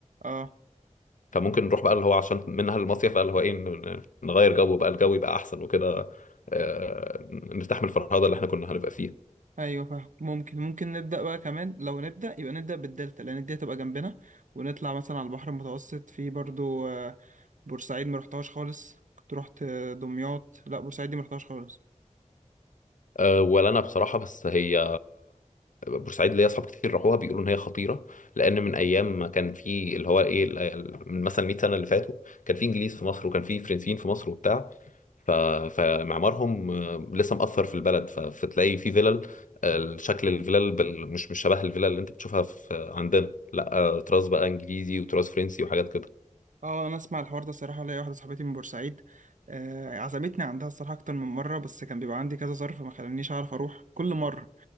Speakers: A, on the right (about 80°); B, on the left (about 90°).
A: اه
B: فممكن نروح بقى اللي هو عشان منها المصيف بقى اللي هو ايه ن- نغير جو بقى الجو يبقى احسن وكده آه، نرتاح من الفرهده اللي احنا كنا هنبقى فيها
A: ايوه فاهم ممكن ممكن نبدا بقى كمان لو نبدا يبقى نبدا بالدلتا لان الدلتا تبقى جنبنا ونطلع مثلا على البحر المتوسط في برضو آه، بورسعيد ما رحتهاش خالص كنت رحت آه، دمياط لا بورسعيد دي ما رحتهاش خالص
B: أه، ولا انا بصراحه بس هي بورسعيد ليا اصحاب كتير راحوها بيقولوا ان هي خطيره لان من ايام ما كان في اللي هو ايه ال- ال- من مثلا 100 سنه اللي فاتوا كان في انجليز في مصر وكان في فرنسيين في مصر وبتاع ف... فمعمارهم أه، لسه مأثر في البلد ف... فتلاقي في فيلل أه، شكل الفيلل بال... مش مش شبه الفيلل اللي انت بتشوفها في عندنا لا أه، تراث بقى انجليزي وتراث فرنسي وحاجات كده
A: اه انا اسمع الحوار ده الصراحه ليا واحده صاحبتي من بورسعيد آه، عزمتني عندها الصراحه اكتر من مره بس كان بيبقى عندي كذا ظرف ما خلانيش اعرف اروح كل مره